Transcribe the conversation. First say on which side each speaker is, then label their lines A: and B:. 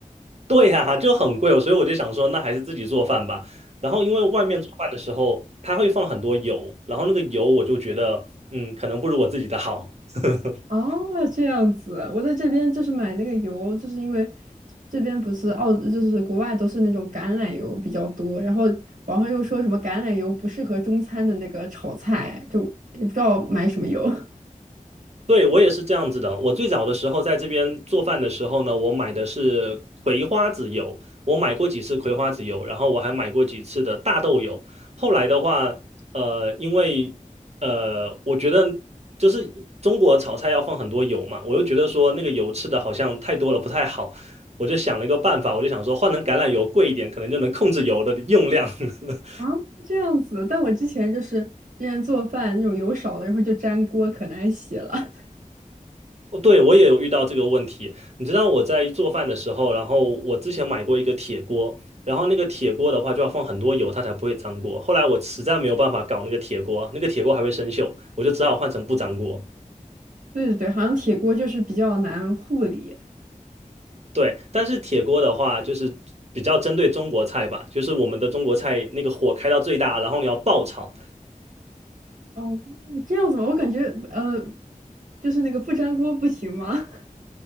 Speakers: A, on the right; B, on the right.
A: 对呀、就很贵哦所以我就想说，那还是自己做饭吧。然后因为外面做饭的时候，它会放很多油，然后那个油我就觉得，嗯，可能不如我自己的好。<laughs>
B: 哦，这样子，我在这边就是买那个油，就是因为这边不是澳，就是国外都是那种橄榄油比较多，然后网上又说什么橄榄油不适合中餐的那个炒菜，就也不知道买什么油
A: 对，我也是这样子的。我最早的时候在这边做饭的时候呢，我买的是葵花籽油，我买过几次葵花籽油，然后我还买过几次的大豆油。后来的话，呃，因为呃，我觉得就是中国炒菜要放很多油嘛，我又觉得说那个油吃的好像太多了不太好，我就想了一个办法，我就想说换成橄榄油贵一点，可能就能控制油的用量。<laughs>
B: <laughs> 啊，这样子。但我之前就是之前做饭那种油少了，然后就粘锅，可难洗了。<laughs>
A: 哦对，我也有遇到这个问题。你知道我在做饭的时候，然后我之前买过一个铁锅，然后那个铁锅的话就要放很多油，它才不会粘锅。后来我实在没有办法搞那个铁锅，那个铁锅还会生锈，我就只好换成不粘锅。
B: 对对对，好像铁锅就是比较难护理。
A: 对，但是铁锅的话就是比较针对中国菜吧，就是我们的中国菜那个火开到最大，然后你要爆炒，
B: 哦，这样子吗？我感觉呃，就是那个不粘锅不行吗？<laughs>